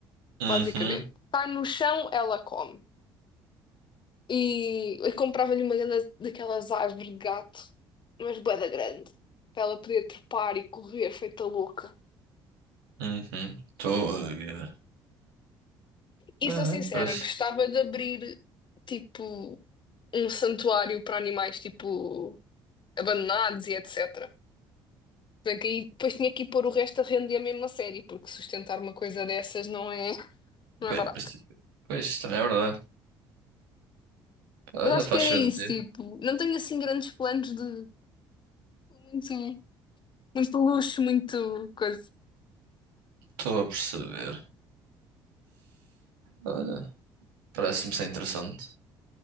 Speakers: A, on the right (about 90°); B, on the left (about 45°).
A: Uhum.
B: basicamente. Está no chão, ela come. E eu comprava-lhe uma grande- daquelas árvores de gato, mas bué da grande, para ela poder trepar e correr feita louca.
A: Uhum. Estou a ver.
B: E
A: Ah,
B: sou sincera,
A: parece.
B: gostava de abrir tipo. um santuário para animais tipo abandonados e etc. Bem que aí depois tinha que ir pôr o resto a render mesmo a mesma série, porque sustentar uma coisa dessas não é, não
A: Pois,
B: é barato.
A: em princípio- pois, isso também é verdade. Olha,
B: Mas acho
A: faz
B: que era
A: sentido.
B: isso, tipo, não tenho assim grandes planos de muito, muito luxo, muito coisa.
A: Estou a perceber. Olha, parece-me ser interessante.